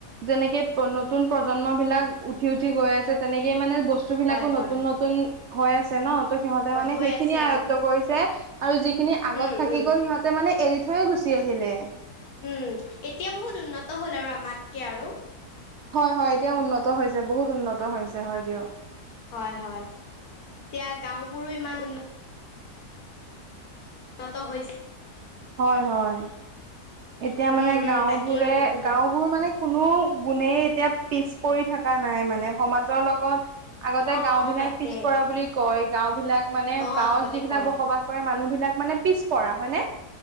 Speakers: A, on the right; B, on the left.
A: যেনেকে নতুন প্ৰজন্মবিলাক উঠি উঠি গৈ আছে তেনেকে মানে বস্তু বস্তুবিলাকো
B: হয়
A: নতুন
B: হয়
A: নতুন হৈ আছে ন, ত' সিহঁতে মানে
B: হৈ
A: সেইখিনি
B: আছে
A: আয়ত্ব
B: অ
A: কৰিছে। তে আৰু যিখিনি আগত
B: উম
A: থাকি
B: উম
A: গ'ল সিহঁতে মানে এৰি থৈয়ে গুচি আহিলে।
B: উম, এতিয়া বহুত উন্নত হ'ল আৰু আমাতকে আৰু।
A: হয় হয় এতিয়া উন্নত হৈছে বহুত উন্নত হৈছে হয় দিয়ক।
B: হয় হয় এতিয়া গাঁওবোৰো ইমান উন্নত। উন্নত হৈছে।
A: হয় হয়, এতিয়া
B: উম,
A: মানে
B: হুম,
A: গাঁওবোৰে
B: তাকেই বহুত
A: গাওবোৰ মানে কোনো গুণেই এতিয়া পিছ পৰি থকা নাই মানে সমাজৰ লগত আগতে
B: অ',
A: গাঁওবিলাক
B: অ', তাকে।
A: পিছপৰা বুলি কয় গাঁওবিলাক মানে
B: অ',
A: গাঁৱত
B: আগতে
A: যিবিলাক
B: কয়।
A: বসবাস কৰে মানুহবিলাক মানে পিছ পৰা হয়নে?